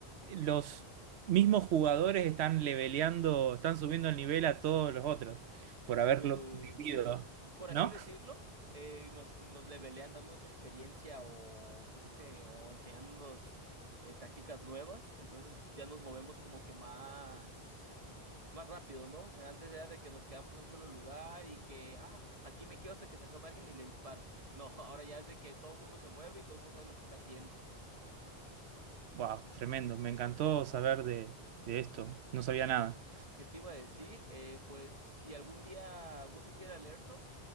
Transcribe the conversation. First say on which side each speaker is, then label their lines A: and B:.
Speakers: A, on the right; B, on the right.
A: los mismos jugadores están leveleando, están subiendo el nivel a todos los otros por haberlo
B: Eh,
A: vivido,
B: sí, por
A: ¿no?
B: así decirlo, eh, nos, nos levelean dándonos experiencia o, ¿cómo se dice? o enseñándonos eh, tácticas nuevas, entonces ya nos movemos como que más, más rápido, ¿no? Antes era de que nos quedamos en un solo lugar y que, ah, aquí me quedo hasta que se asome alguien y le disparo. No, <laughs> ahora ya es de que todo el mundo se mueve y todo el mundo sabe lo que está haciendo.
A: Wow, tremendo, me encantó saber de, de esto, no sabía nada.
B: ¿Qué te iba a decir? Eh, pues si algún día gustas ir al Airsoft,